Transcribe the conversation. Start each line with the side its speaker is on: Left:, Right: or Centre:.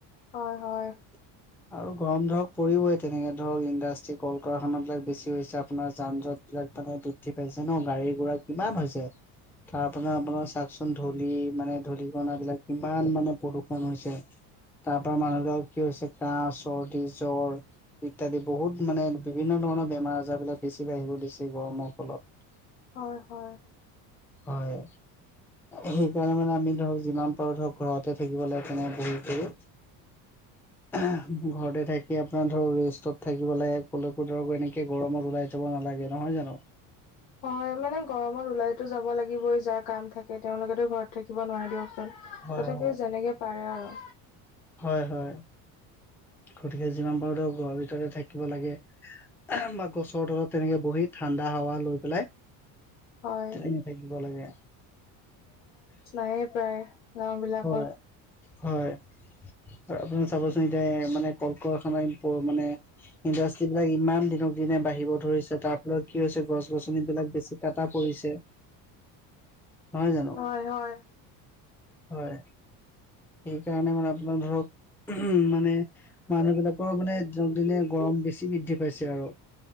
Left: হয় হয়।
Centre: <inaudible> আৰু গৰম ধৰক পৰিবই তেনেকে ধৰক ইণ্ডাষ্ট্ৰি, কল -কাৰখানাত লৈ বেছি হৈছে আপোনাৰ যান জঁট এইবিলাক মানে উঠি পাইছে ন গাড়ী গোৰা কিমান হৈছে? তাৰপৰা আপোনাৰ চাওকচোন ধূলি মানে ধূলিকনাবিলাক কিমান মানে প্ৰদূষন হৈছে? তাৰ পৰা মানুহবিলাকৰ কি হৈছে কাহ, চৰ্দি, জ্বৰ। ইত্যাদি বহুত মানে বিভিন্ন ধৰণৰ বেমাৰ আজাৰ বিলাক বেছি বাঢ়িব ধৰিছে গৰমত। ফলত
Left: হয় হয়।
Centre: হয়। সেইকাৰণে মানে আমি ধৰক যিমান পাৰো ধৰক ঘৰতে থাকিব লাগে তেনে বহি কৰি। <unintelligible> ঘৰতে থাকি আপোনাৰ ধৰ ৰেষ্টত থাকিব লাগে কলেকো ধৰক এনেকে গৰমত ওলাই। যাব নালাগে, নহয় জানো?
Left: হয়, মানে গৰমত ওলাইতো যাব লাগিবই যাৰ কাম থাকে তেওঁলোকেতো ঘৰত থাকিব নোৱাৰে দিয়কচোন।
Centre: হয়
Left: তথাপিও
Centre: হয়।
Left: যেনেকে পাৰে আৰু।
Centre: হয় হয়, গতিকে যিমান পাৰোতে ঘৰৰ ভিতৰতে থাকিব লাগে। বা, গছৰ তলত তেনেকে বহি ঠাণ্ডা হাৱা লৈ পেলাই।
Left: হয়
Centre: তেনেকে থাকিব লাগে।
Left: নায়ে প্ৰায়। গাওঁ বিলাকত
Centre: হয় হয়। আৰু আপুনি চাবচোন এতিয়া মানে কলকৰখানা ইম্প মানে। ইণ্ডাষ্ট্ৰী বিলাক ইমান দিনক দিনে বাঢ়িব ধৰিছে, তাৰ ফলত কি হৈছে গছ গছনি বিলাক বেছি কটা পৰিছে। নহয় জানো।
Left: হয় হয়।
Centre: হয়, সেইকাৰণে মানে আপোনাৰ ধৰক উহো মানে। মানুহ বিলাকৰ মানে দিনক দিনে গৰম বেছি বৃদ্ধি পাইছে আৰু।